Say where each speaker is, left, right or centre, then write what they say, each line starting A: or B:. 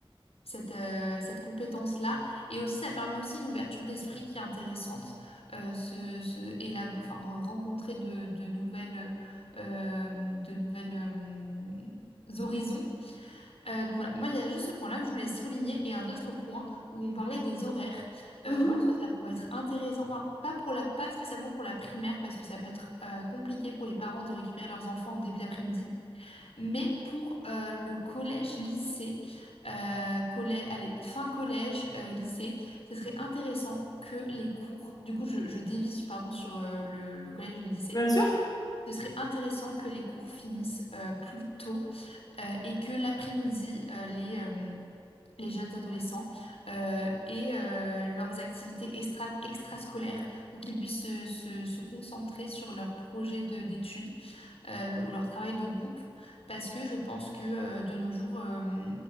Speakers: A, on the left; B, on the left.
A: cette, euh, cette compétence-là. Et aussi, ça permet aussi une ouverture d'esprit qui est intéressante, euh, se, se élab- enfin, rencontrer de, de nouvelles, euh, de nouvelles euh, horizons. Euh, donc voilà, moi, il y a juste ce point-là que je voulais souligner et un autre point où on parlait des horaires.
B: Mhm,
A: Euh, je pense que ça pourrait être intéressant, enfin, pas pour la, pas spécialement pour la primaire, parce que ça peut être euh, compliqué pour les parents de récupérer leurs enfants au début d'après-midi. Mais pour euh, le collège-lycée, euh, collè- allez, fin collège, euh, lycée, ce serait intéressant que les cours, du coup je, je dévisse pardon, sur euh, le, le collège et le lycée,
B: bien sûr.
A: ce serait intéressant que les cours finissent euh, plus tôt euh, et que l'après-midi, euh, les, euh, les jeunes adolescents euh, aient euh, leurs activités extra, extrascolaires ou qu'ils puissent se, se- se concentrer sur leurs projets de- d'études euh, ou leur travail de groupe, parce que je pense que euh, de nos jours, euh,